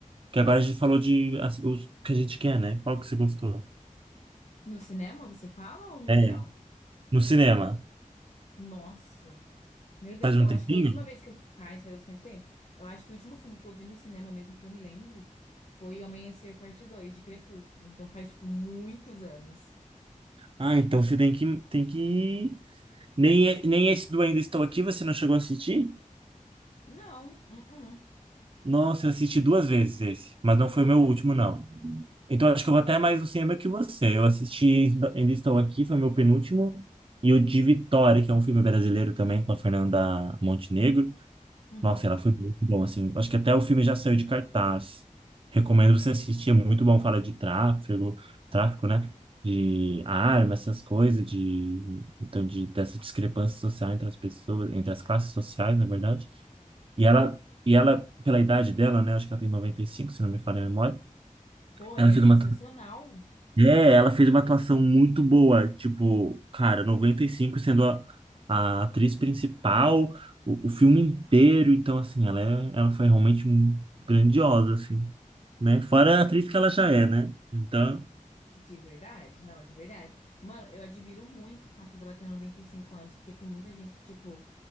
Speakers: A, on the right (about 40°); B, on the left (about 55°).
A: Que agora a gente falou de as- os que a gente quer, né? Qual que você gostou?
B: No cinema, você fala ou no geral?
A: É, no cinema.
B: Nossa. Meu Deus,
A: Faz
B: eu
A: um
B: acho
A: tempinho?
B: que a última vez que eu faz, faz bastante tempo. Eu acho que o último filme que eu vi no cinema mesmo que eu me lembre foi O Amanhecer Parte dois de Crepúsculo. Então faz tipo muitos anos.
A: Ah, então você tem que, tem que Nem, nem esse do Ainda Estou Aqui você não chegou a assistir?
B: Não, uh-uh.
A: Nossa, eu assisti duas vezes esse, mas não foi o meu último, não. Então acho que eu vou até mais no cinema que você. Eu assisti Ainda Estou Aqui, foi meu penúltimo, e o de Vitória, que é um filme brasileiro também com a Fernanda Montenegro.
B: Uhum.
A: Nossa, ela foi muito bom, assim. Acho que até o filme já saiu de cartaz. Recomendo você assistir, é muito bom. Fala de tráfego, tráfico, né? De armas, essas coisas, de então de dessa discrepância social entre as pessoas, entre as classes sociais, na verdade. E ela e ela, pela idade dela, né? Acho que ela tem 95 se não me falha a memória.
B: Pô, ela
A: Ela
B: é
A: fez
B: sensacional.
A: uma é, ela fez uma atuação muito boa, tipo, cara, 95 sendo a, a atriz principal, o, o filme inteiro, então assim, ela é, ela foi realmente grandiosa, assim, né? Fora a atriz que ela já é, né? Então,
B: De verdade? Não, de verdade. Mano, eu admiro muito o fato dela ter 95 anos, porque tem muita gente que, tipo,